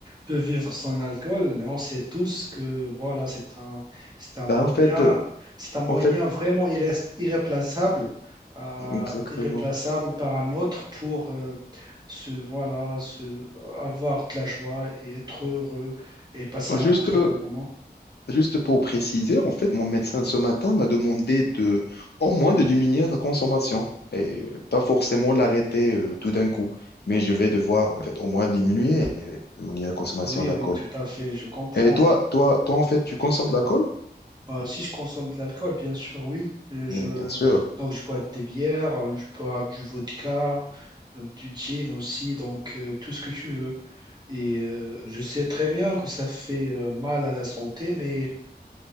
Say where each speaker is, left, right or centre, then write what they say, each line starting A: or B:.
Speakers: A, on the right (about 25°); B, on the left (about 75°).
A: peut vivre sans l'alcool. Et on sait tous que voilà, c'est un, c'est un
B: Ben,
A: moyen,
B: en fait, euh,
A: c'est un moyen
B: en fait,
A: vraiment irré- irréplaçable, euh,
B: exactement.
A: irréplaçable par un autre pour euh, se, voilà, se, avoir de la joie et être heureux et passer un
B: Juste,
A: très bon moment.
B: Juste pour préciser, en fait, mon médecin ce matin m'a demandé de au moins de diminuer sa consommation et euh, pas forcément l'arrêter euh, tout d'un coup, mais je vais devoir en fait au moins diminuer euh, mon la consommation
A: Oui,
B: d'alcool.
A: oui, tout à fait, je comprends.
B: Et toi, toi, toi en fait, tu consommes de l'alcool?
A: Euh, si je consomme de l'alcool, bien sûr, oui. Euh, Je,
B: Mais bien sûr,
A: je- donc, je bois des bières, euh, je bois du vodka, euh, du gin aussi, donc euh, tout ce que tu veux. Et euh, je sais très bien que ça fait euh, mal à la santé, mais